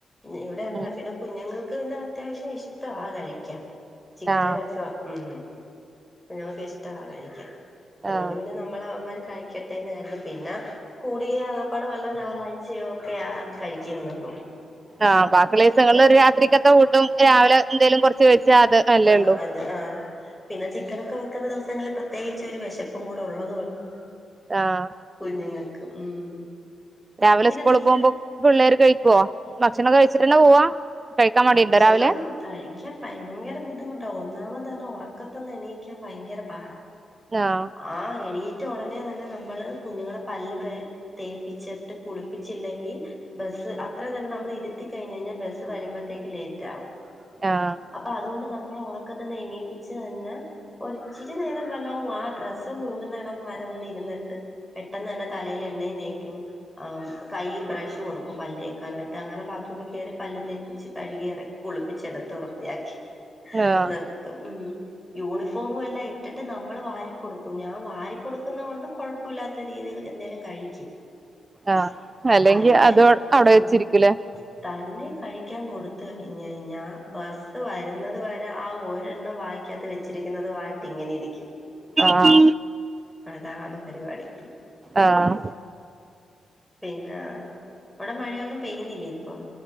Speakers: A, in the centre; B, on the right (about 25°).
A: ഇവിടെ അങ്ങനെ
B: ഉം
A: പിന്നെ കുഞ്ഞുങ്ങക്ക് പിന്നെ അത്യാവശ്യം ഇഷ്ടവാ കഴിക്കാൻ ചിക്കനൊക്കെ.
B: ആഹ്
A: ഉം.. കുഞ്ഞുങ്ങക്ക് ഇഷ്ടവ കഴിക്കാൻ, അതുകൊണ്ട്
B: ആഹ്
A: പിന്നെ നമ്മൾ അവന്മാര് കഴിക്കട്ടെന്ന് കരുതും പിന്ന... കൂടിയ ആകപ്പാട് വല്ല ഞായറാഴ്ചയോ ഒക്കെയാ കഴിക്കുന്നതും.
B: ആഹ്, ബാകിയുള്ള ദിവസങ്ങളിൽ ഒരു രാത്രിക്കത്തെ ഫൂഡും രാവിലെ എന്തേലും കുറച്ച് കഴിച്ചാ അത് നല്ലേ
A: ആഹ്
B: ഉള്ളൂ.
A: അത് ആഹ. പിന്നെ ചിക്കനൊക്കെ വെക്കുന്ന ദിവസങ്ങളിൽ പ്രത്യേകിച്ച് ഒരു വെശപ്പും കൂടെ ഉള്ളത് കൊണ്ട്
B: ആഹ്
A: കുഞ്ഞുങ്ങക്ക്, ഉം..
B: രാവിലെസ്കൂള്
A: പിന്നെ നിങ്ങടെ
B: പോവുമ്പോ പിള്ളേര് കഴിക്കോ? ഭക്ഷണം കഴിച്ചിട്ടന്നെ പോവാ? കഴിക്കാൻ മടിയുണ്ടോ
A: ഭക്ഷണം..
B: രാവിലെ
A: കഴിക്കാൻ ഭയങ്കര ബുദ്ധിമുട്ടാ, ഒന്നാമതതൊറക്കത്ത്ന്ന് എണീക്കാൻ ഭയങ്കര പാടാ.
B: ആഹ്
A: ആഹ്. എണീറ്റ് ഒടനെ തന്നെ നമ്മള് കുഞ്ഞുങ്ങളെ പല്ല് ബ്രെ തേപ്പിച്ചിട്ട് കുളിപ്പിച്ചില്ലെങ്കി ബസ്സ് അത്രേം നേരം നമ്മൾ ഇരുത്തി കഴിഞ്ഞയ്ഞാ ബസ്സ് വരുമ്പത്തേക്കും ലേറ്റ് ആവും.
B: ആഹ്,
A: അപ്പ അതുകൊണ്ട് നമ്മള് ഒറക്കത്തിന്ന് എണീപ്പിച്ച് തന്നെ... ഒരിച്ചിരി നേരം വല്ലോം, ആ ഡ്രസ്സൊന്നൂരുന്നെടം വരെ ഒന്നിരുന്നിട്ട്... പെട്ടെന്ന് തന്നെ തലയിലെണ്ണയും തേക്കും. ആഹ് ഉം കൈയ്യി ബ്രഷ് കൊടുക്കും പല്ലേക്കാനായിട്ട്, അങ്ങനെ ബാത്റൂമികേറി പല്ലും തേപ്പിച്ച്... കഴുകി എറക്കി കുളിപ്പിച്ചെടുത്ത് വൃത്തിയാക്കി
B: ആഹ്
A: നിർ ത്തും ഉം, യൂണിഫോമും എല്ലാം ഇട്ടിട്ട് നമ്മൾ വാരി കൊടുക്കും, ഞാൻ വാരി കൊടുക്കുന്ന കൊണ്ട് കൊഴപ്പവില്ലാത്ത രീതിയിൽ എന്തേലും കഴിക്കും.
B: ആഹ്, അല്ലെങ്കി
A: തന്നെ
B: അതു
A: ആഹ്
B: അവിടെ വെച്ചിരിക്കു ലേ?
A: തന്നെ കഴിക്കാൻ കൊടു ത്ത് കഴിഞ്ഞയ്ഞ്ഞാ ബസ്സ് വരുന്നത് വരെ ആ ഒരെണ്ണം വായി ക്കകത്ത് വെച്ചിരിക്കുന്നുന്നതുവായിട്ട് ഇങ്ങനെ ഇരിക്കും,
B: ആഹ്
A: അതാണ് പരിപാടി.
B: ആഹ്
A: പിന്നാ അവിടെ മഴയൊന്നും പെയ്യുന്നില്ലേ ഇപ്പം.